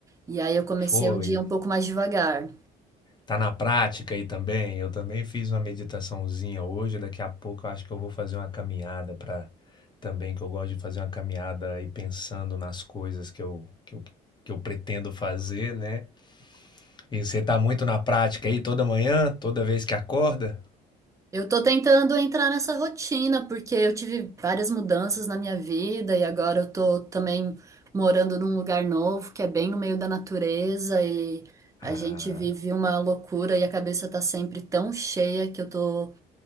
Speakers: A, on the right; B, on the left.
A: e aí eu comecei
B: Foi.
A: o dia um pouco mais devagar.
B: Tá na prática aí também? Eu também fiz uma meditaçãozinha hoje. Daqui a pouco eu acho que eu vou fazer uma caminhada para também, que eu gosto de fazer uma caminhada e pensando nas coisas que eu, que eu, que eu pretendo fazer, né? E você tá muito na prática aí toda manhã, toda vez que acorda?
A: Eu tô tentando entrar nessa rotina, porque eu tive várias mudanças na minha vida, e agora eu tô também morando num lugar novo, que é bem no meio da natureza, e
B: Ah.
A: a gente vive uma loucura e a cabeça tá sempre tão cheia que eu tô